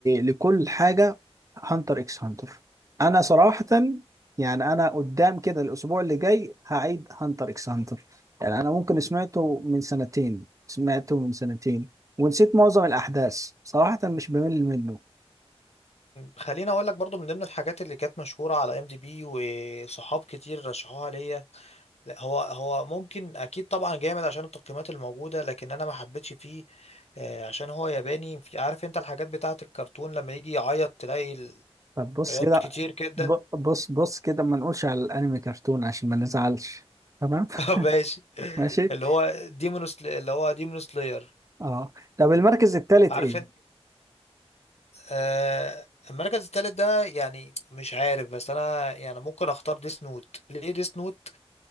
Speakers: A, on the right (about 30°); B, on the left (about 80°).
A: لكل حاجة هانتر اكس هانتر انا صراحة يعني انا قدام كده الاسبوع اللي جاي هعيد هانتر اكس هانتر يعني انا ممكن سمعته من سنتين سمعته من سنتين ونسيت معظم الاحداث صراحة مش بمل منه
B: خليني اقول لك برضو من ضمن الحاجات اللي كانت مشهوره على ام دي بي وصحاب كتير رشحوها ليا لا هو هو ممكن اكيد طبعا جامد عشان التقييمات الموجوده لكن انا ما حبيتش فيه آه، عشان هو ياباني في عارف انت الحاجات بتاعه الكرتون لما يجي يعيط تلاقي ال-
A: طب بص
B: عياط
A: كده
B: كتير جدا
A: ب... بص بص كده ما نقولش على الانمي كرتون عشان ما نزعلش تمام
B: <laughs> ماشي
A: <laughs> ماشي
B: اللي هو ديمونوس اللي هو ديمون سلاير
A: اه طب المركز الثالث
B: عارف
A: ايه
B: انت آه، المركز الثالث ده يعني مش عارف بس انا يعني ممكن اختار ديس نوت ليه ديس نوت